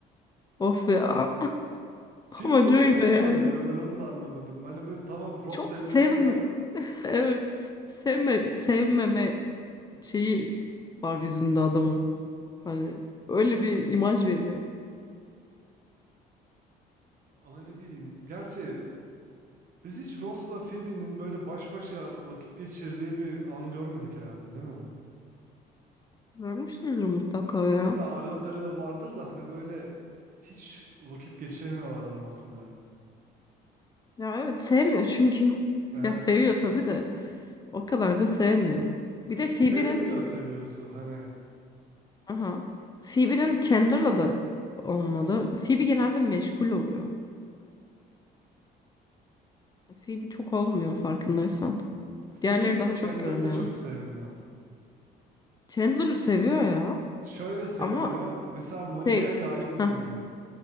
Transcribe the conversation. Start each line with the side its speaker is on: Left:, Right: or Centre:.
Left: Of ya.
Right: Phoebe
Left: Ama
Right: Ross'u
Left: Joey
Right: niye
Left: de yani.
Right: sevmiyor? Ben onu da anlamadım. Hani böyle tamam Ross
Left: Çok
Right: sevilesi
Left: sev...
Right: bir ad-
Left: <laughs> Evet. Sevme, sevmeme şeyi var yüzünde adamın. Hani öyle bir imaj veriyor.
Right: ama ne bileyim. Gerçi biz hiç Ross'la Phoebe'nin böyle baş başa vakit geçirdiği bir an görmedik herhalde, değil mi?
Left: Vermişizdir mutlaka
Right: Ya İlla
Left: ya.
Right: araları da vardır da hani böyle hiç vakit geçirmiyorlar adam akıllı.
Left: Ya evet sevmiyor çünkü.
Right: Evet.
Left: <laughs> Ya seviyor tabii de. O kadar da sevmiyor. Bir de
Right: Sevmiyor
Left: Phoebe'nin
Right: seviyorsu hani.
Left: Aha. Phoebe'nin Chandler'la da olmalı. Phoebe genelde meşgul oluyor. Phoebe çok olmuyor farkındaysan.
Right: Phoebe
Left: Diğerleri daha
Right: Chandler'ı
Left: çok görünüyor.
Right: da çok sevmiyor.
Left: Chandler'ı seviyor ya
Right: Şöyle sevmiyor.
Left: ama e,
Right: Mesela Monica'ya
Left: şey
Right: layık
Left: heh.
Right: bulmuyor.